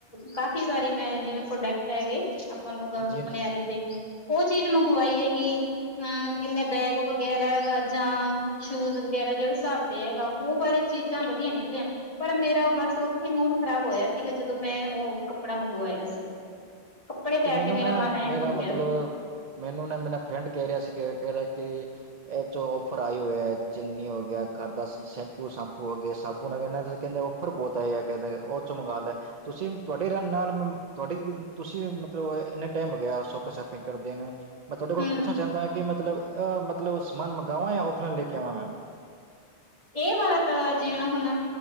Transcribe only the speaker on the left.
ਕਾਫੀ ਵਾਰੀ ਮੈ ਜਿਵੇ ਪ੍ਰੋਡਕਟ ਹੈਗੇ- ਮਿਲੂਗਾ
ਮਨਿਆਰੀ ਦੇ, ਉਹ ਚੀਜ਼ ਮੰਗਵਾਈ ਹੈਗੀ। ਹੂੰ, ਕਹਿਦੇ ਬੈਗ ਵਗੈਰਾ ਹੈਗਾ ਜਾਂ- ਸ਼ੂਜ ਵਗੈਰਾ ਜਿਹੜੇ ਹਿਸਾਬ ਤੇ ਹੈਗਾ, ਉਹ ਵਾਲੇ ਚੀਜਾ ਵਧੀਆ ਨਿਕਲਿਆ। ਪਰ ਮੇਰਾ ਬਸ ਉਥੇ ਮੂਡ ਖਰਾਬ ਹੋਇਆ ਸੀਗਾ, ਜਦੋ ਮੈ ਉਹ ਕੱਪੜਾ ਮੰਗਵਾਇਆ ਸੀ। ਕੱਪੜੇ
ਆ
ਕੇ
ਮੇਰਾ ਮਨ ਐਨ
ਹੋ
ਗਿਆ ਸੀ
ਹਮ
ਇਹ ਵਾਲਾ ਤਾਂ, ਜਿਵੇ ਹੁਣ